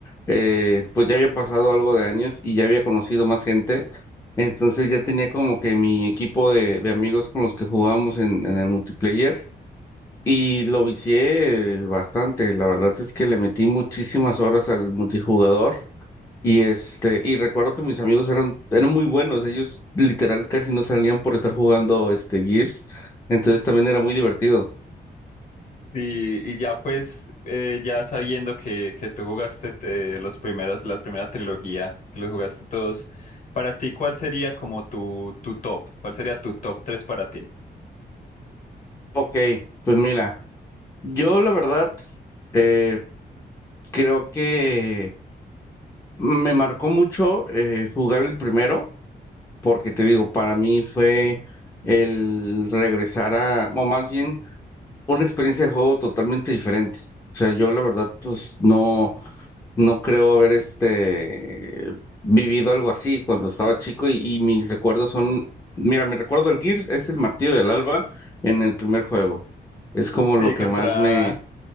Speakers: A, on the left (about 15°); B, on the left (about 45°).
A: Eh, pues ya había pasado algo de años y ya había conocido más gente. Entonces ya tenía como que mi equipo de, de amigos con los que jugamos en, en el multiplayer. Y lo vicié eh, bastante. La verdad es que le metí muchísimas horas al multijugador. Y este, y recuerdo que mis amigos eran, eran muy buenos, ellos literal casi no salían por estar jugando este Gears, entonces también era muy divertido.
B: Y, y ya pues, eh, ya sabiendo que, que tú jugaste eh, los primeros, la primera trilogía, que los jugaste todos, para ti, ¿cuál sería como tu, tu top? ¿Cuál sería tu top tres para ti?
A: Ok, pues mira, yo la verdad eh, creo que me marcó mucho eh, jugar el primero, porque te digo, para mí fue el regresar a, o más bien, una experiencia de juego totalmente diferente. O sea, yo la verdad, pues no. No creo haber este vivido algo así cuando estaba chico y, y mis recuerdos son, mira, mi recuerdo del Gears es el martillo del Alba en el primer juego. Es como lo
B: Sí,
A: que
B: contra,
A: más me...